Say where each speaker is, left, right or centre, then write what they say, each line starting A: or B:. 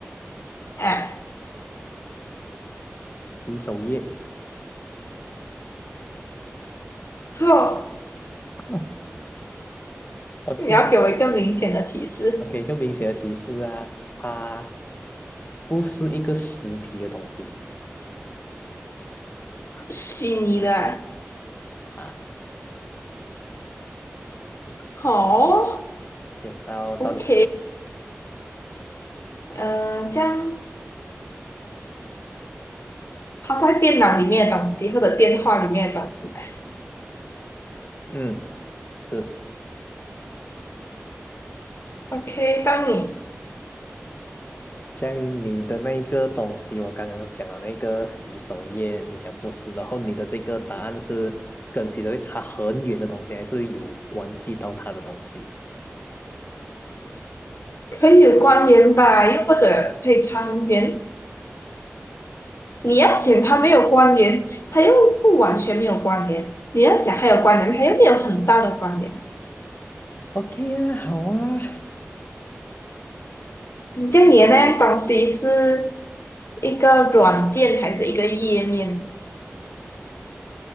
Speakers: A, on the left; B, on the left.
A: 啊？
B: 洗手液。
A: 错，
B: <laughs> OK，
A: 你要给我一个明显的提示。
B: 我给一个明显的提示啊，它不是一个实体的东西
A: 虚拟的
B: 啊。
A: 好
B: 对，到到你，
A: o k 呃，这样它在电脑里面的东西或者电话里面的东西吧
B: 嗯，是。
A: ？OK，当你。
B: 像你的那一个东西，我刚刚讲了那个洗手液，你讲不是，然后你的这个答案是跟洗手液差很远的东西，还是有关系到它的东西
A: 可以有关联吧，又或者可以参联。你要讲它没有关联，它又不完全没有关联；你要讲它有关联，它又没有很大的关联。
B: ？OK 啊，好啊，
A: 嗯，像你的那样东西是一个软件还是一个页面？